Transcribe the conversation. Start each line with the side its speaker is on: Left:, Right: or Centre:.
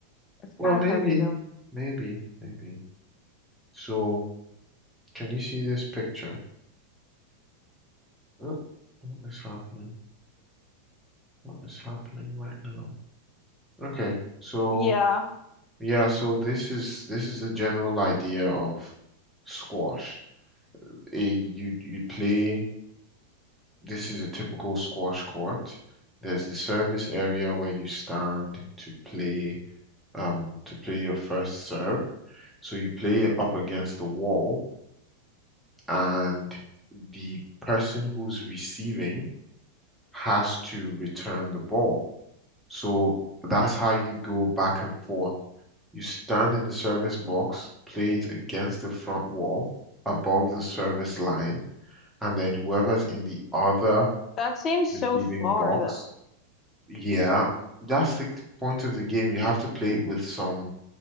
Left: It's kind
Centre: Well, maybe,
Left: of heavy though.
Centre: maybe, maybe. So can you see this picture? Uh, What is happening? What is happening right now? Okay, so.
Left: Yeah,
Centre: Yeah, so this is this is the general idea of squash. Eh, you'd you'd play. This is a typical squash court. There's the service area where you stand to play um to play your first serve. So you play up against the wall, and the person who's receiving has to return the ball. So that's how you go back and forth You stand in the service box, play it against the front wall above the service line, and then whoever's in the other
Left: that seems
Centre: receiving
Left: so far
Centre: box,
Left: though.
Centre: yeah, that's the point of the game. You have to play it with some